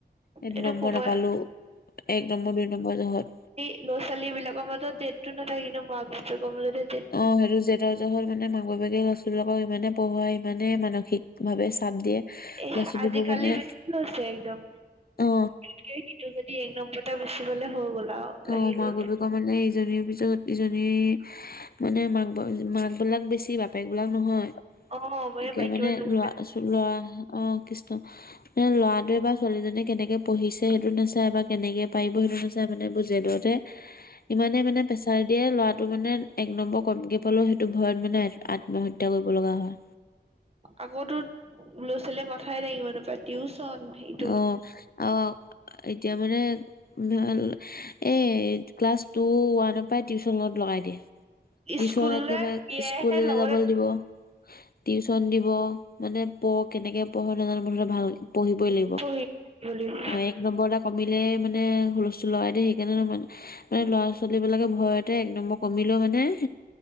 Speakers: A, on the left; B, on the right.
A: এই দু
B: এইটো
A: নম্বৰ
B: কবই
A: নাপালো এক নম্বৰ দুই নম্বৰ জহত।
B: ল'ৰা ছোৱালীবিলাকৰ মাজত জেদটো নাথাকিলেও কিন্তু মাক বাপেকৰ মাজতহে।
A: অ সেইটো জেদৰ জহৰত মানে মাক বাপেক লৰা-ছোৱালীবিলাকক ইমানে পঢ়োৱাই ইমানে মানসিক। ভাবে চাপ দিয়ে ল'ৰা-ছোৱালীবোৰ
B: এহ আজিকালি
A: মানে
B: বেছি হৈছে একদম।
A: অ।
B: <unintelligible> এক নম্বৰ এটা বেছি পালে হৈ গ'ল আৰু।
A: অ
B: লাগি গ'ল।
A: মাক বাপেকৰ মানে ইজনীৰ পিছত ইজনী। মানে মাক, মাক বিলাক বেছি, বাপেক বিলাক নহয়।
B: অ', মই
A: একে,
B: এই মাইকী
A: মানে,
B: মানুহবোৰ
A: লৰা লৰা, অঁ, কৃষ্ণ। এ ল'ৰাটোৱে বা ছোৱালীজননে, কেনেকে পঢ়িছে, সেইটো নচায়, বা, কেনেকে পাৰিব, সেইটো নচাই, মানে, বুজ। জেদতে ইমানে মানে প্ৰেছাৰ দিয়ে ল'ৰাটো মানে এক নম্বৰ কমকে পালেও টো ভয়ত মানে আত্মহত্যা কৰিব লগা হয়।
B: আকৌতো ল'ৰা-ছোৱালীয়ে মাথাই দঙিব নাপায় টিউচন হেৰি।
A: অ অ এতিয়া মানে <inaudible> এই ক্লাছ টু ওৱানৰ পৰা টিউচনত লগাই দিয়ে। টিউচন
B: স্কুললে
A: একেবাৰে
B: দিয়েহে
A: স্কুললে
B: লগতে
A: যাবলে
B: থাকি
A: দিব। টিউচন দিব মানে পঢ় কেনেকে পঢ় নজানো মোঠতে ভাল পঢ়িবই লাগিব।
B: পঢ়ি থাকিব লাগিব।
A: অ এক নম্বৰ এটা কমিলে মানে হুলস্থুল লগাই দিয়ে সেইকাৰণে মানে মানে ল'ৰা ছোৱালী বিলাকে ভয়তে এক নম্বৰ কমিলৈও মানে।